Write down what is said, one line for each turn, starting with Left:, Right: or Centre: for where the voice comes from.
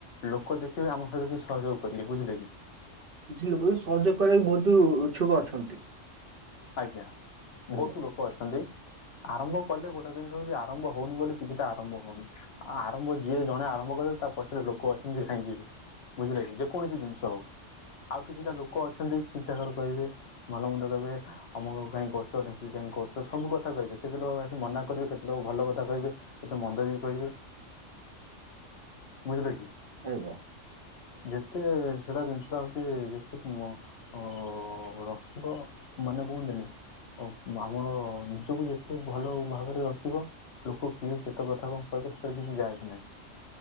Left: ଲୋକ ଦେଖିବେ ଆମ ସହିତ କିଛି ସହଯୋଗ କରିବେ ବୁଝିଲେ କି।
Right: କିଛି ଲୋକ ବି ସହଯୋଗ କରିବାକୁ ବହୁତ ଉଛୁକ ଅଛନ୍ତି।
Left: ଆଜ୍ଞା
Right: ଆଜ୍ଞା
Left: ବହୁତ ଲୋକ ଅଛନ୍ତି। ଆରମ୍ଭ କଲେ ଗୋଟେ ଜିନିଷ ହଉଛି ଆରମ୍ଭ ହଉନି ବୋଲି କିଛିଟା ଆରମ୍ଭ ହଉନି ଆ ଆରମ୍ଭ ଯିଏ ଜଣେ ଆରମ୍ଭ କଲେ ତା ପଛରେ ଲୋକ ଅଛନ୍ତି ଧାଇଁ ଯିବେ। ବୁଝିଲେକି ଯେ କୌଣସି ଜିନିଷ ହଉ। ଆଉ କିଛିଟା ଲୋକ ଅଛନ୍ତି ଚି ଛାକର କହିବେ ଭଲମନ୍ଦ କହିବେ। ଆମକ କାଇଁ କରୁଛ ଢେଙ୍କି କାହିଁ କରୁଛ ସବୁ କଥା କହିବେ କେତେ ଲୋକ ଆସି ମନା କରିବେ କେତେ ଲୋକ ଭଲ କଥା କହିବେ। କେତେ ମନ୍ଦ ବି କହିବେ।
Right: <inaudible>
Left: ବୁଝିଲ କି।
Right: ହେବ।
Left: ଯେତେ ସେଟା ଜିନିଷଟା ହଉଛି ଯେତେ ମ ଅ ରଖିବ ମାନେ କୁହନ୍ତନି ଓ ଆମର ନିଜକୁ ଯେତେ ଭଲ ଭାବରେ ରଖିବ ଲୋକ କିଏ କେତେ କଥା କଣ କହିବେ ସେଥିରେ କିଛି ଯା ଆସେ ନାହିଁ।